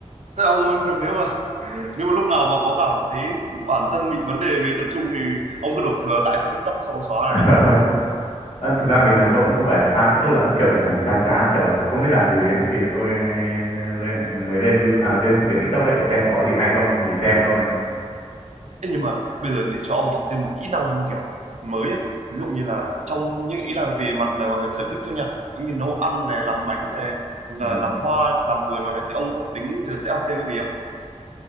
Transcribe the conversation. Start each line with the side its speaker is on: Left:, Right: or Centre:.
Right: Thế ông <laughs> nếu mà nếu mà lúc nào mà có cảm thấy bản thân bị vấn đề về tập trung thì ông cứ đổ thừa tại vào TikTok xong ông xóa
Left: <laughs>
Right: là
Left: Ờ, thực ra bình thường tôi cũng không phải là fan TikTok lắm kiểu thỉnh thoảng chán chán kiểu không biết làm gì ấy thì tôi lên, mới lên You- à, lên từng cái TikTok ấy để xem có gì hay không thì xem thôi
Right: Thế nhưng mà bây giờ để cho ông học thêm một kỹ năng kiểu mới ấy. Ví dụ như là trong như ý là về mặt là gọi là sở thích thôi nha giống như nấu ăn này làm bánh này là
Left: ừ
Right: làm hoa làm vườn rồi này thì ông có tính rồi sẽ học thêm cái gì không